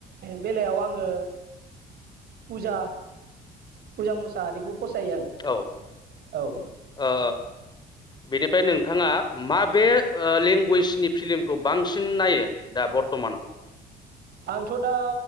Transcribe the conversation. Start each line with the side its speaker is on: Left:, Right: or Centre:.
Right: बेलायाव आङो फुजा फुजा मुसाहारिखौ फसायो आं
Left: औ
Right: औ
Left: ओ बेनिफ्राय नोंथाङा मााबे ओ‌ लेंगुवेजनि फिल्मखौ बांसिन नायो दा बरथमान
Right: आंथ' दा